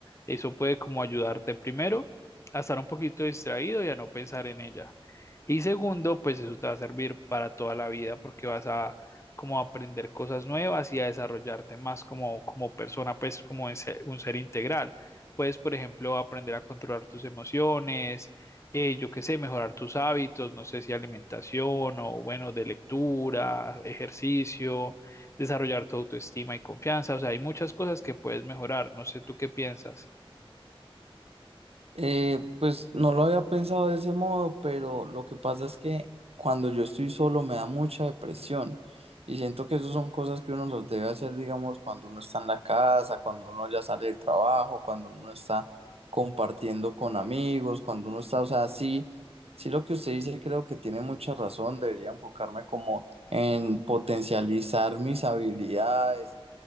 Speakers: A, on the left (about 30°); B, on the right (about 80°).
A: Eso puede como ayudarte primero a estar un poquito distraído y a no pensar en ella. Y segundo, pues eso te va a servir para toda la vida porque vas a como a aprender cosas nuevas y a desarrollarte más como, como persona, pues como un ser, un ser integral. Puedes, por ejemplo, aprender a controlar tus emociones, eh, yo qué sé, mejorar tus hábitos, no sé si alimentación o bueno, de lectura, ejercicio, desarrollar tu autoestima y confianza. O sea, hay muchas cosas que puedes mejorar. No sé tú qué piensas.
B: Eh, pues no lo había pensado de ese modo, pero lo que pasa es que cuando yo estoy solo me da mucha depresión y siento que esas son cosas que uno los debe hacer, digamos, cuando uno está en la casa, cuando uno ya sale del trabajo, cuando uno está compartiendo con amigos, cuando uno está, o sea, sí, sí lo que usted dice creo que tiene mucha razón, debería enfocarme como en potencializar mis habilidades,